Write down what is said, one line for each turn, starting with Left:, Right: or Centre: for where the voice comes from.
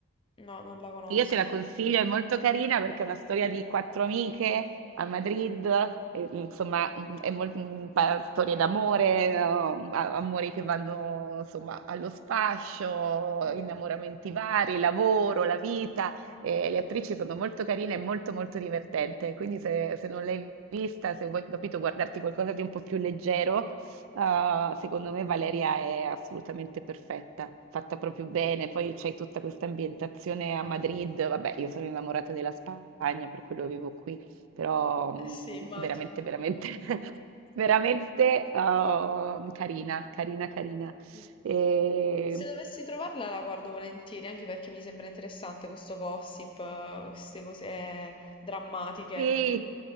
Left: no, non la conosco.
Right: Io te la consiglio, è molto carina perché è una storia di quattro amiche a Madrid, e, insomma, mm, è mol- mm, pa- storie d'amore, no? A- amori che vanno insomma allo sfascio,
Left: Mm.
Right: innamoramenti vari, lavoro, la vita. e le attrici sono molto carine e molto molto divertente. Quindi se, se non l'hai vista, se vuoi capito, guardarti qualcosa di un po' più leggero, Uh, secondo me Valeria è assolutamente perfetta, fatta proprio bene. Poi c'è tutta questa ambientazione a Madrid. Vabbè, io sono innamorata della Spagna, per quello vivo qui, però mm,
Left: Eh sì, immagino.
Right: veramente, veramente, <laughs> veramente uh, carina, carina, carina.
Left: Mm.
Right: E
Left: Se dovessi trovarla la guardo volentieri, anche perché mi sembra interessante questo gossip, eh, queste cose eh, drammatiche.
Right: Sì,